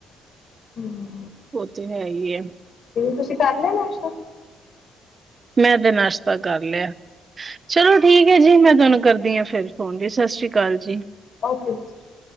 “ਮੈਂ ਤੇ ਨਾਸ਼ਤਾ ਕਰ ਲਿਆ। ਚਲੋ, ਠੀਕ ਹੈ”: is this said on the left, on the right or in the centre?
Right